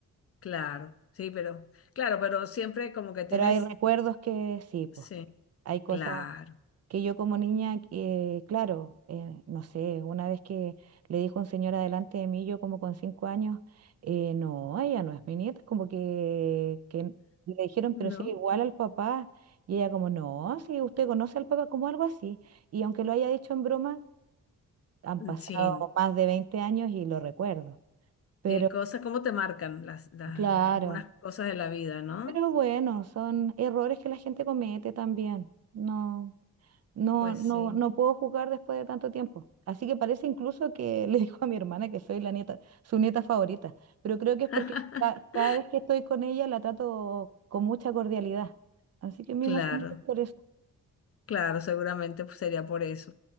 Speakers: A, on the left (about 45°); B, on the right (about 50°).
A: Claro, sí, pero, claro, pero siempre como que tienes,
B: Pero hay recuerdos que sí, pues
A: sí,
B: hay cosas.
A: claro,
B: que yo como niña, eh, claro, eh, no sé, una vez que le dijo un señor adelante de mí, yo como con cinco años, eh, no, ella no es mi nieta, como que, que le dijeron,
A: ¿no?
B: pero sí, igual al papá, y ella como, no, sí, usted conoce al papá como algo así, y aunque lo haya dicho en broma, han
A: Mm,
B: pasado
A: Sí,
B: más de 20 años y lo recuerdo, pero
A: Qué cosas, cómo te marcan las, las-
B: claro,
A: algunas cosas de la vida, ¿no?
B: pero bueno, son errores que la gente comete también, no. No,
A: Pues
B: no,
A: sí.
B: no puedo jugar después de tanto tiempo. Así que parece incluso que <laughs> le dijo a mi hermana que soy la nieta, su nieta favorita. Pero creo que es porque
A: <laughs>
B: ca- cada vez que estoy con ella la trato con mucha cordialidad. Así que me imagino
A: Claro,
B: que es por eso.
A: claro, seguramente pues, sería por eso.